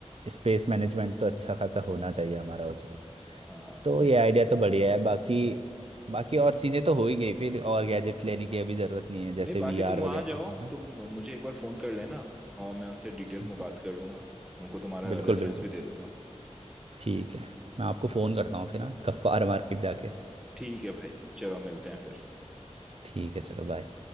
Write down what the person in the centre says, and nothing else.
हाँ
ये
तो
है
नहीं बाकी
तुम वहां
जाओ
तुम मुझे एक बार फोन कर लेना और मैं उनसे डिटेल
में बात कर लूंगा उनको तुम्हारा
रेफरेंस
भी दे दूंगा
ठीक है भाई चलो मिलते हैं फिर